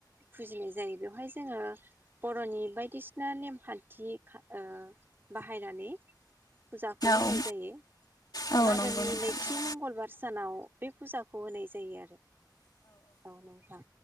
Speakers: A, on the right; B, on the left.
A: फुजिनाय जायो बेवहाय जोङो बर'नि बायदिसिना नेमखान्थि ओ बाहायनानै फुजाखौ होनाय
B: औ
A: जायो
B: औ नंगौ
A: मागोनि
B: नोंथां
A: नैथि मंगलबार सानाव बे फुजाखौ होनाय जायो आरो औ नोंथां